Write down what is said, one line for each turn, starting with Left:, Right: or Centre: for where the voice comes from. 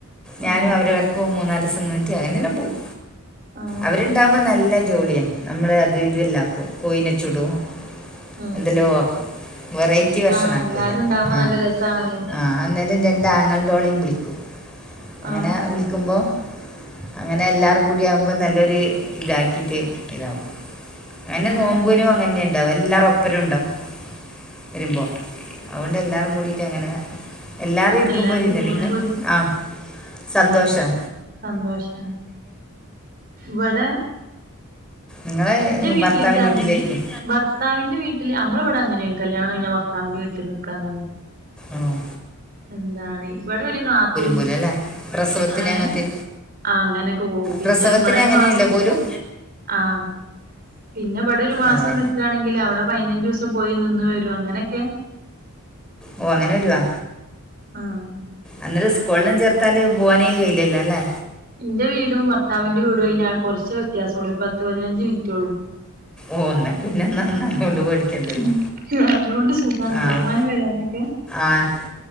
Centre: ഞാനും
Right: ആ ആ
Centre: അവരവർക്കും മൂന്നാല്സം ന്നിട്ട് അങ്ങനെല്ലാം പോവും
Right: ആഹ്
Centre: അവര്ണ്ടാഉമ്പ നല്ല ജോളിയാ നമ്മള് അത് ഇതെല്ലാക്കും കോയിനെ ചുടും
Right: ഉം
Centre: എന്തല്ലേ ആക്കും വെറൈറ്റി ഭക്ഷണ
Right: ആ എല്ലാരും
Centre: ക്കയ്യാ
Right: ഉണ്ടാവുമ്പോ
Centre: ആഹ്
Right: നല്ല രസാണല്ലോ
Centre: ആഹ് അന്നേര രണ്ടാങ്ങൾന്റോളിം വിളിക്കും അങ്ങനെ
Right: ആ ആ
Centre: വിളിക്ക്മ്പോ അങ്ങനെ എല്ലാറും കൂടിയാമ്പോ നല്ലൊരു ഇതാക്കീറ്റ് ഇതാവും എന്നെ
Right: ആഹ്
Centre: നോമ്പ്നും
Right: ആഹ്
Centre: അങ്ങൻന്നെണ്ടാവ എല്ലാറു ഒപ്പരുണ്ടാവും വര്മ്പോ അഒണ്ട് എല്ലാരും കൂടീറ്റങ്ങനെ എല്ലാരി ര്ക്ക്മ്പോരിതല്ലേ
Right: എല്ലാരും കൂടുമ്പോ
Centre: എല്ലങ്കെ
Right: ഒരു
Centre: ആഹ് സന്തോഷം
Right: സന്തോഷാണ് വ്വടെ
Centre: ഇങ്ങളെയ്
Right: വീട്ടിലേക്ക്
Centre: ഭർത്താവിന്റെ
Right: അഞ്ച്
Centre: വീട്ട്ലേ ര്ക്കും
Right: ഭർത്താവിന്റെ വീട്ടില് അമ്മള്വ്ടെ അങ്ങനെണ് കല്യാണംകയ്ഞ്ഞാ ഭർത്താവ്ന്റെ വീട്ടിൽ നിക്കാ അങ്ങനെ
Centre: ആഹ്
Right: എന്താണ് ഇവടര് നാത്തൂൻ
Centre: പോലും അല്ലേ പ്രസവത്തിന്
Right: ഏ
Centre: അങ്ങനത്തെ
Right: ആഹ് അങ്ങനെക്കെ പോവും പിന്നെ
Centre: പ്രസവത്തിന്
Right: ഇവടൊര്
Centre: അങ്ങനെയല്ലേ
Right: മാസം
Centre: പോലും
Right: ആഹ് പിന്നെ വടൊര് മാസം
Centre: അതെ
Right: നിക്കാണെങ്കിൽ അവടെ പൈനഞ്ചുസം പോയി നിന്ന് വരും അങ്ങനൊക്കെ
Centre: ഓ അങ്ങനെ വരുവാ
Right: ആഹ്
Centre: അന്നേരസ്കൂൾളും ചേർത്താല് പോവാനേ കഴിയില്ലല്ലോ ല്ലേ
Right: ഇന്റെ വീടും വർത്താവിന്റെ വീടൊയ്ന് കൊർച്ച വ്യത്യാസൊള്ളൂ ഒര്പത്ത് പതിനഞ്ച് മിൻറ്റൊള്ളൂ
Centre: ഓന്ന പിന്നെന്നന്ന കൊണ്ടുപോടിക്കണ്ടല്ലോ
Right: ഉം അതുകൊണ്ട് സുഖാണ്
Centre: ആഹ്
Right: പോവാനും വരാനൊക്കെ
Centre: ആഹ്